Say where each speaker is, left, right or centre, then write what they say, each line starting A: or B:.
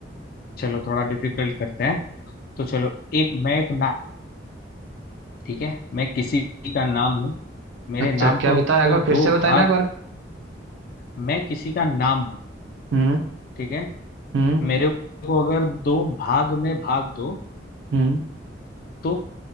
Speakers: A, on the left; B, on the right.
A: चलो थोड़ा डिफिकल्ट करते हैं तो चलो एक मैं एक नाम ठीक है मैं किसी का नाम हूँ मेरे
B: अच्छा
A: नाम
B: क्या
A: को
B: बताया
A: अगर
B: एक बार
A: दो
B: फिर से बताए
A: भाग
B: ना एक बार
A: मैं किसी का नाम हूँ
B: हम्म
A: ठीक है
B: हम्म
A: मेरे को अगर दो भाग में भाग दो
B: हम्म
A: तो